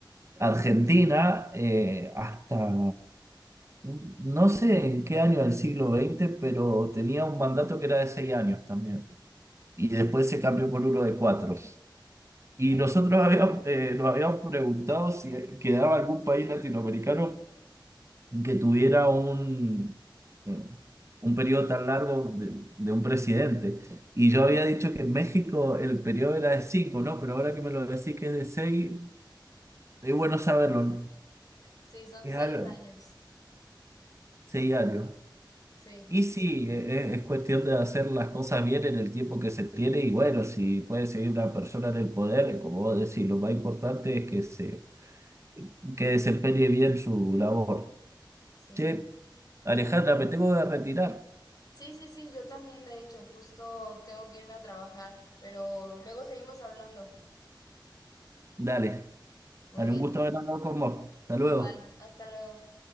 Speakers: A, on the right; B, on the left.
A: Argentina, eh, hasta no sé en qué año del siglo XX, pero tenía un mandato que era de seis años también, y después se cambió por uno de cuatro. Y nosotros habíamos, eh, nos habíamos preguntado si quedaba algún país latinoamericano que tuviera un, eh, un periodo tan largo de, de un presidente. Y yo había dicho que en México el periodo era de cinco, ¿no? Pero ahora que me lo decís que es de seis, es
B: Sí,
A: bueno saberlo, ¿no?
B: sí, son
A: Es
B: seis
A: algo,
B: años.
A: seis años.
B: Sí,
A: Y sí, e- e- es, cuestión de hacer las cosas bien en el tiempo que se tiene y bueno, si puede seguir una persona en el poder, como vos decís, lo más importante es que se que desempeñe bien su labor.
B: sí.
A: Che, Alejandra, me tengo que retirar.
B: Sí, sí, sí, yo también, de hecho, justo tengo que irme a trabajar, pero luego seguimos hablando.
A: Dale.
B: Muy
A: Dale,
B: bien.
A: un gusto haber hablado con vos. Hasta luego.
B: Igual, hasta luego.